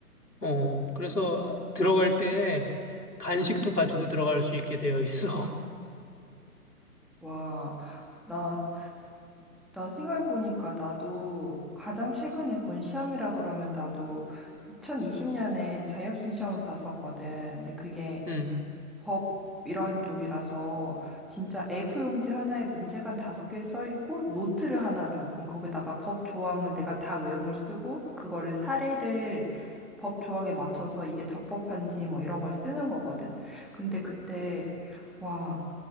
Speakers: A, on the left; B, in the centre.
A: 어, 그래서 들어갈 때 간식도 가지고 들어갈 수 있게 되어 있어.
B: 와, 나, 나 생각해보니까 나도 가장 최근에 본 시험이라 그러면 나도 2020년에 자격증 시험을 봤었거든. 근데 그게
A: <laughs> 음,
B: 법 이런 쪽이라서 진짜 A4 용지 하나에 문제가 한 다섯 개 써 있고 노트를 하나 줘. 그럼 거기다가 법 조항을 내가 다 외용을 쓰고 그거를 사례를 법 조항에 맞춰서 이게 적법한지 뭐 이런 걸 쓰는 거거든. 근데 그때 와